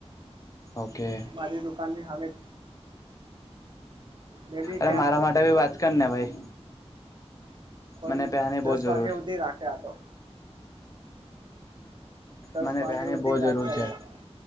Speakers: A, on the left; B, on the right.
A: ઓકે.
B: મારી દુકાનની સામે. મેં બી
A: અરે
B: ત્યાં
A: મારા
B: જ શોધ્યું
A: માટે ભી વાત કર ને ભાઈ.
B: પણ
A: મને પેહાની
B: દસ
A: બહુ જરૂર
B: વાગે સુધી રાખે આ તો. દસ
A: મને
B: વાગ્યા
A: ત્યાની
B: સુધી
A: બહું
B: રાખ્યા
A: જરૂર છે.
B: અહિયાં